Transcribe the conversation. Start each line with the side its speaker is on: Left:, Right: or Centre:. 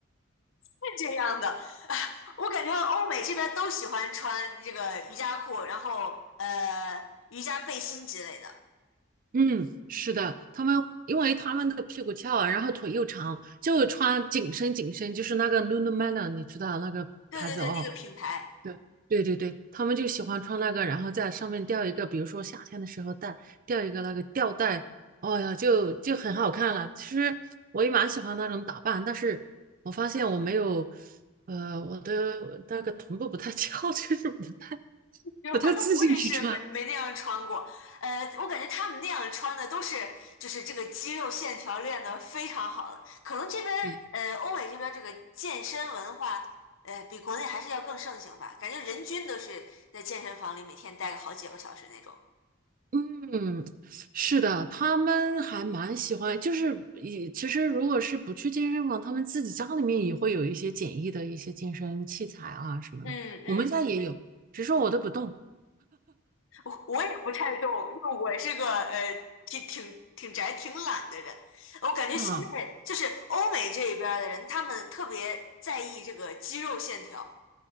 Left: 是这样的，<laughs> 我感觉欧美这边都喜欢穿这个瑜伽裤，然后呃瑜伽背心之类的。
Right: 嗯，是的，他们因为他们的屁股翘，然后腿又长，就穿紧身紧身，就是那个 Lululemon，你知道那个牌子哦，
Left: 对对对，那个品牌，
Right: 对对对对，他们就喜欢穿那个，然后在上面吊一个，比如说夏天的时候戴吊一个那个吊带，哦呀，就就很好看了。其实我也蛮喜欢那种打扮，但是我发现我没有，呃，我的那个臀部不太 <laughs> 翘，就是不太
Left: 就反正我也是没没那样穿过。
Right: 不太自信去穿。
Left: 呃，我感觉他们那样穿的都是就是这个肌肉线条练得非常好的，可能这边儿呃欧美这边儿这个健身文化呃比国内还是要更盛行吧，
Right: 对
Left: 感觉人均都是在健身房里每天待个好几个小时那种。
Right: 嗯，是的，他们还蛮喜欢，就是也其实如果是不去健身房，他们自己家里面也会有一些简易的一些健身器材啊什么的，
Left: 嗯嗯。
Right: 我们家也有，只是我都不动
Left: 我我也不太懂，因为我是个呃挺挺挺宅、挺懒的人。我感觉现在就是欧美这一边儿的人，
Right: 啊。
Left: 他们特别在意这个肌肉线条。